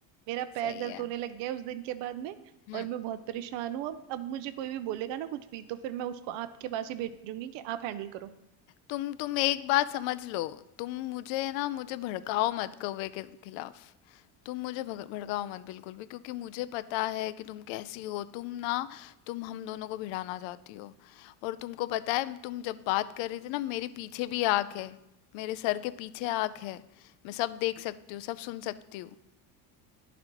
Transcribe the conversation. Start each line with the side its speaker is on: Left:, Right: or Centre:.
Right: मेरा पैर
Left: सही
Right: दर्द
Left: है
Right: होने लग गया है उस दिन के बाद में
Left: हम्म
Right: और मैं बहुत परेशान हूँ अब अब मुझे कोई भी बोलेगा ना कुछ भी तो फिर मैं उसको आपके पास ही भेजूंगी कि आप हैंडल करो
Left: तुम तुम एक बात समझ लो तुम मुझे ना मुझे भड़काओ मत कौवे के खिलाफ तुम मुझे भग- भड़काओ मत बिल्कुल भी क्योंकि मुझे पता है कि तुम कैसी हो तुम ना तुम हम दोनों को भिड़ाना चाहती हो और तुमको पता है तुम जब बात कर रही थी ना मेरे पीछे भी आँख है मेरे सर के पीछे आँख है मैं सब देख सकती हूँ सब सुन सकती हूँ